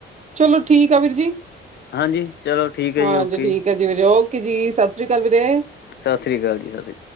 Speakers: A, on the right; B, on the left.
A: ਚਲੋ, ‌ ਠੀਕ ਆ ਵੀਰ ਜੀ।
B: ਹਾਂਜੀ ਚਲੋ ਠੀਕ ਹੈ
A: ਹਾਂਜੀ
B: ਜੀ ਓਕੇ
A: ਠੀਕ ਐ ਜੀ ਵੀਰੇ। ਓਕੇ ਜੀ ਸਤਿ ਸ੍ਰੀ ਅਕਾਲ ਵੀਰੇ।
B: ਸਤ ਸ਼੍ਰੀ ਅਕਾਲ ਜੀ। ਸਤਿ